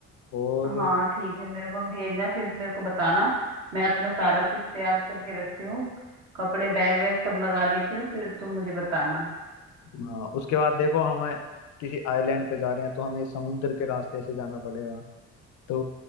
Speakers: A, on the left; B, on the right.
A: और
B: हाँ ठीक है मेरे को भेजना फिर मेरे को बताना मैं अपना सारा कुछ तैयार करके रखती हूँ कपड़े बैग वैग सब लगा लेती हूँ फिर तुम मुझे बताना
A: हाँ उसके बाद देखो हमें किसी आइलैंड पे जा रहे हैं तो हमें समुद्र के रास्ते से जाना पड़ेगा तो